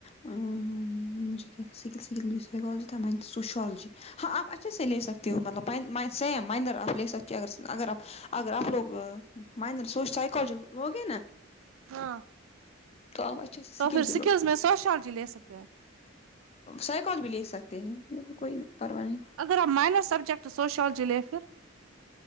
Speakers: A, on the left; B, on the right.
A: میںجھ کیا تھا سکل سکلھ سائیکالوجی تب میں سوشیالوجی ہاں آپ اچھے سے لے سکتی ہو مطلب سم مائنر آپ لے سکتی ہو ا اگر آپ اگر آپ لوگ مائنر سوش سائیکالوجی لوگے نا
B: ہاں
A: تو اپ اچھے سکل
B: تو پھر
A: <unintelligible> ب
B: سکلز میں سوشیالوجی لے سکتے ہیں
A: سائیکل بھی لے سکتے ہیں کوئی پرواہ نہیں
B: اگر آ مائنر سبجیکٹ سوشیالوجی لے پھر